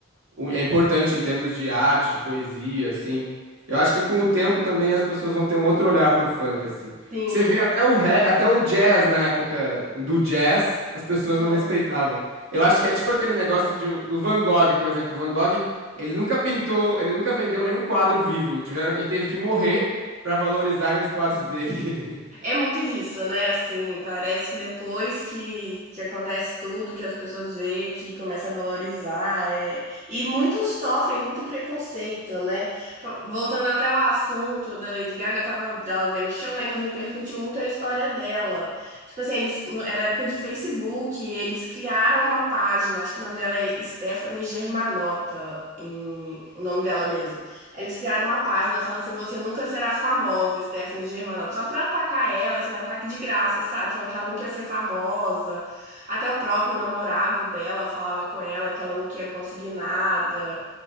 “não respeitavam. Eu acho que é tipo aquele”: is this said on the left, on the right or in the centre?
Right